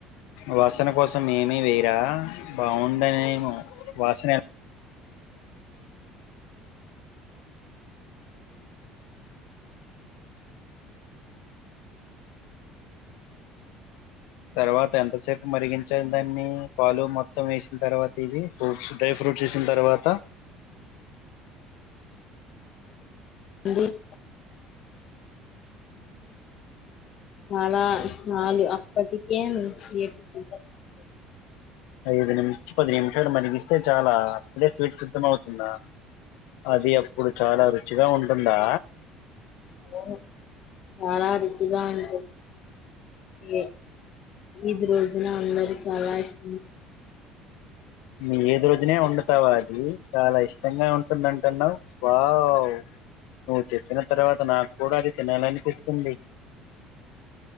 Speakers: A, on the left; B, on the left.
A: వాసన కోసం ఏమీ వేయరా బాగుంటాయేమో వాసన తర్వాత ఎంతసేపు మరిగించారు దాన్ని పాలు మొత్తం వేసిన తర్వాత ఇవి ఫ్రూట్స్ డ్రై ఫ్రూట్స్ వేసిన తర్వాత
B: <unintelligible> చాలా చాలు అప్ పటికేయ స్వీట్స్ <unintelligible>
A: ఐదు నిమిష పది నిమిషాలు మరిగిస్తే చాలా అప్పుడే స్వీట్ సిద్ధం అవుతుందా అది అప్పుడు చాలా రుచిగా ఉం టుందా
B: అవును చాలా రుచిగా ఉంటు ఈ ఈది రోజున అందరు చాలా ఇష్ట
A: మీ ఈద్ రోజునే వండుతావా అది చాలా ఇష్ట తంగా ఉంటుందంటున్నావు వావ్ నువ్వు చెప్పిన తర్వాత నాకు కూడా అది తినాలనిపిస్తుంది